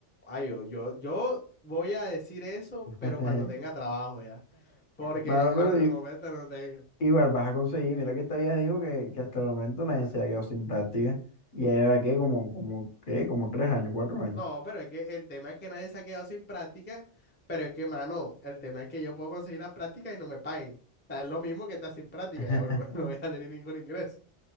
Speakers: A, on the left; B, on the left.
A: Ay, yo, yo, yo voy a decir eso,
B: <laughs>
A: pero cuando tenga trabajo ya. Porque
B: Mano,
A: ahora
B: pero
A: en el
B: i-
A: momento no tengo.
B: igual vas a conseguir. Mira que esta vieja dijo que, que hasta el momento nadie se ha quedado sin práctica. Y ya lleva, ¿qué? Como, como, ¿qué? Como tres años, cuatro años.
A: No, pero es que el tema es que nadie se ha quedado sin práctica. Pero es que, mano, el tema es que yo puedo conseguir las prácticas y no me paguen. O sea, es lo mismo que estar sin práctica,
B: <laughs>
A: ya, bro, <laughs> no voy a tener ningún ingreso.